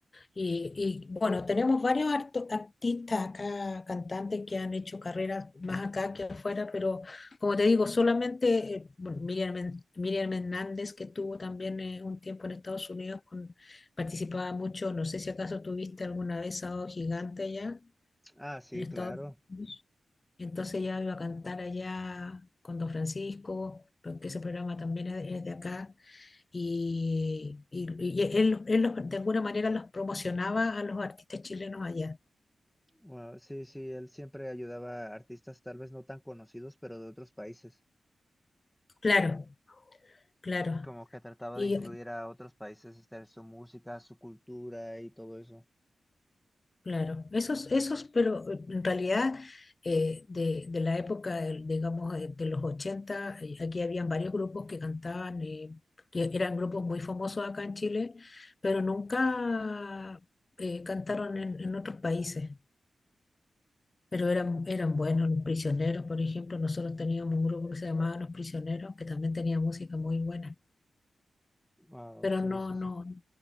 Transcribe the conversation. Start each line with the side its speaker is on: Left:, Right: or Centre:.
Left: Y, y, bueno, tenemos varios arto- artistas acá, cantantes que han hecho carreras más acá que afuera, pero como te digo, solamente eh, bueno, Miriam, Men- Miriam Hernández, que estuvo también eh, un tiempo en Estados Unidos, con, participaba mucho, no sé si acaso tuviste alguna vez Sábado Gigante allá
Centre: Ah, sí,
Left: en Estados
Centre: claro.
Left: Unidos. Entonces ya iba a cantar allá con Don Francisco, porque ese programa también es es de acá, y, y- y él, él los- de alguna manera los promocionaba a los artistas chilenos allá.
Centre: Wow, sí, sí, él siempre ayudaba a artistas tal vez no tan conocidos, pero de otros países.
Left: Claro, claro,
Centre: Como que trataba
Left: y
Centre: de incluir a otros países, este, su música, su cultura y todo eso.
Left: claro, esos, esos, pero eh, en realidad eh, de, de la época, del- digamos, eh, de los 80 eh, aquí habían varios grupos que cantaban, eh, que eran grupos muy famosos acá en Chile, pero nunca eh, cantaron en en otros países. Pero eran, eran buenos los prisioneros, por ejemplo, nosotros teníamos un grupo que se llamaba Los Prisioneros, que también tenía música muy buena,
Centre: Wow,
Left: pero
Centre: sí,
Left: no,
Centre: sí, sí.
Left: no,